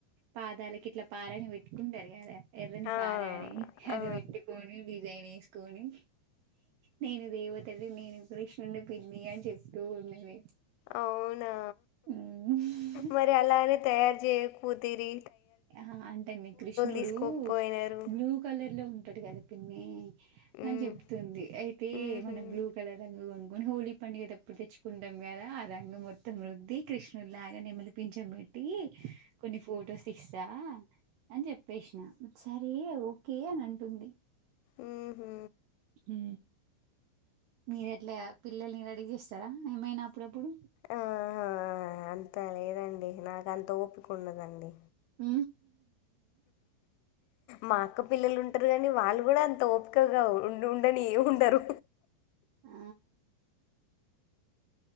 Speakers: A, on the right; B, on the left.
A: పాదాలకు ఇట్లా పారని పెట్టుకుంటారు కదా ఎర్రని
B: ఆ,
A: పారని అది
B: ఆ,
A: వెట్టుకొని డిజైన్ ఎస్ కొని నేను దేవతది నేను కృష్ణున్ని పిల్ నీ అని చెప్తూ ఉన్నది
B: అవునా
A: ఉమ్.
B: మరి అలానే తయారు చేయకపోతిరి
A: ఆహా అంటే నే కృష్ణుడు
B: తీసుకోకపోయినారు
A: బ్లూ కలర్ లో తోటి కల్పిన నీలి అని
B: మ్మ్.
A: చెప్తుంది అయితే
B: మ్మ్హ్మ్.
A: మనం బ్లూ కలర్ రంగు ఉం కొని హోలీ పండుగ తప్పుడు తెచ్చుకుంటాం కదా ఆ రంగు మొత్తం రుద్ది కృష్ణునిలాగా నేమలిపింఛంబేట్టి కొన్ని ఫొటోస్ సా అని చెప్పేసిన సరే ఓకే అని అంటుంది
B: ఉహు
A: ఉ మీరు ఎట్లా పిల్లల్ని రెడీ చేస్తారా ఏమైనా అప్పుడప్పుడు
B: ఆహా అంత లేదండి నాక అంత ఓపిక ఉండదండి
A: హ
B: మా అక్క పిల్లలు ఉంటారు గాని వాళ్ళు కూడా అంత ఓపికగా ఉండు ఉండనే ఉండరు
A: ఆ